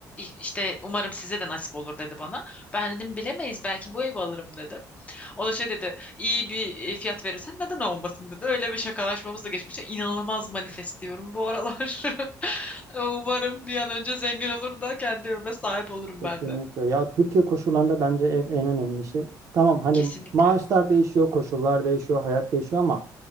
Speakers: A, on the left; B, on the right.
A: işte umarım size de nasip olur dedi bana. Ben dedim bilemeyiz belki bu evi alırım dedim. O da şey dedi iyi bir e, fiyat verirsen neden olmasın dedi. Öyle bir şakalaşmamız da geçmişti. İnanılmaz manifest diyorum bu aralar. <laughs> Umarım bir an önce zengin olur da kendi evime sahip olurum
B: Kesinlikle.
A: ben de.
B: Ya Türkiye koşullarında bence en, en önemli şey. Tamam hani
A: Kesinlikle.
B: maaşlar
A: Hı,
B: değişiyor, koşullar değişiyor, hayat değişiyor ama